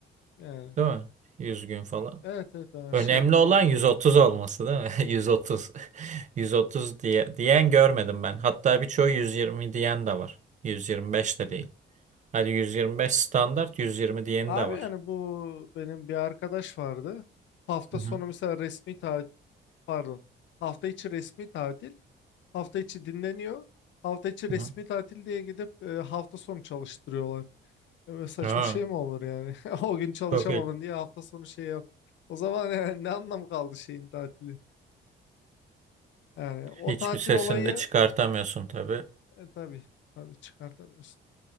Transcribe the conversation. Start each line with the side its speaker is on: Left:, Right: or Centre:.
Left: Yani
Right: Değil mi? 100 gün falan.
Left: evet evet yani aşağı
Right: Önemli
Left: yukarı.
Right: olan 130 olması değil mi? <laughs> 130. 130 <laughs> diye, diyen görmedim ben. Hatta birçoğu 120 diyen de var. 125 de değil. Hadi 125 standart, 120 diyeni
Left: Abi
Right: de var.
Left: yani bu benim bir arkadaş vardı. Hafta
Right: Hı
Left: sonu
Right: hı.
Left: mesela resmi tatil Pardon. Hafta içi resmi tatil. Hafta içi dinleniyor. Hafta içi resmi
Right: Hı hı.
Left: tatil diye gidip e, hafta sonu çalıştırıyorlar. E, Böyle saçma
Right: Ha,
Left: şey mi olur yani? <laughs> O gün çalışamadın
Right: çok iyi.
Left: diye hafta sonu şey yap. O zaman <laughs> yani ne anlamı kaldı şeyin tatili? Yani o
Right: Hiçbir
Left: tatil
Right: sesini
Left: olayı
Right: de çıkartamıyorsun tabii.
Left: e, tabii tabii çıkartamıyorsun.